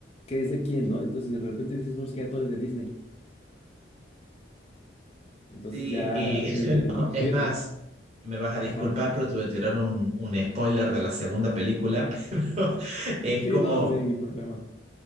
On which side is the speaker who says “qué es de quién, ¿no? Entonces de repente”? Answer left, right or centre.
Left